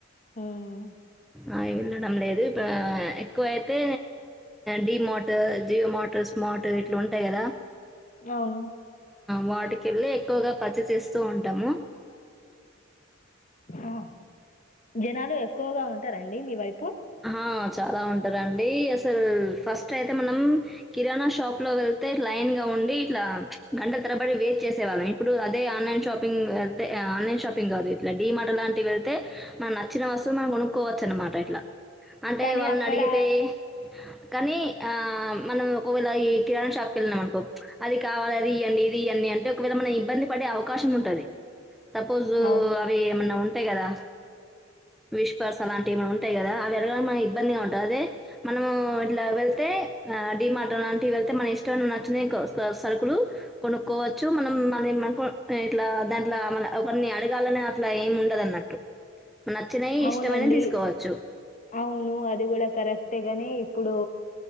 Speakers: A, on the left; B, in the centre.
A: ఉమ్.
B: ఆ వెళ్ళడం లేదు ఇప్పు ఎక్కువ అయితే డి మోట్ జియో మోట్ స్మార్ట ఇట్లా ఉంటాయి కదా
A: అవును
B: వాటికి వెళ్ళి ఎక్కువగా పచ్చి చేస్తూ ఉంటాము
A: ఆ జనాలు ఎక్కువగా ఉంటారండి మీ వైపు
B: ఆ చాలా ఉంటారుండి అసలు ఫస్ట్ అయితే మనం కిరాణా షాప్ లో వెళ్ లైన్ గా ఉండి ఇట్లా గంటల తరబడి వెయిట్ చేసేవాళ్ళం ఇప్పుడు అదే ఆన్లైన్ షాపింగ్ అంతే ఆన్లైన్ షాపింగ్ కాదు ఇట్లా డి మార్ట్ లాంటివి అయితే మనం నచ్చిన వస్తువు మనం కొనుక్కోవచ్చు అనమాట ఇట్లా అంటే
A: కానీ
B: వాళ్ళని
A: అక్కడ
B: అడిగితే కానీ ఆ మనం ఒకవేళ ఈ కిరాణా షాప్కి వెళ్ళినాం అనుకో అది కావాలి అది ఈయండి ఇ ఈయండి అంటే ఒకవేళ మనం ఇబ్బంది పడే అవకాశం ఉంటది సపోజ్
A: అవు
B: అవి ఏమన్నా ఉంటాయి కదా విష్ పర్స్ అలాంటివి ఏమనా ఉంటాయి కదా ఆవి వెరగా మన ఇబ్బందిగా ఉంటుంది అదే మనము ఇట్లా వెళ్తే ఆ డి మార్ట లాంటివి వెళ్తే మన ష్ట నచ్చ సరుకులు కొనుక్కోవచ్చు మనం మ ఇలా దాంట్లో ఒకరిన్ని అడగాలనే అట్లా ఏమి ఉండదున్నట్టు నచ్చినయి
A: అవునండి
B: ఇష్టమైన తీసుకోవచ్చు
A: అవును అది కూడా కరెక్టేగానే ఇప్పుడు